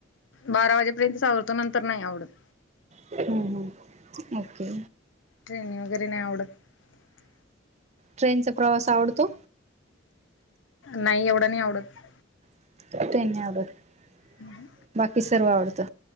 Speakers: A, on the left; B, on the right.
A: बारा वाजेपर्यंत आवड तो नंतर नाही आवडतं.
B: हम्म हम्म ओके.
A: खेळणी वगैर नाही आवडतं.
B: ट्रेनचा प्रवास आवडतो.
A: नाही एवढं नाही आवडतं.
B: <inaudible>
A: हम्
B: बाकी सर्व आवडतं.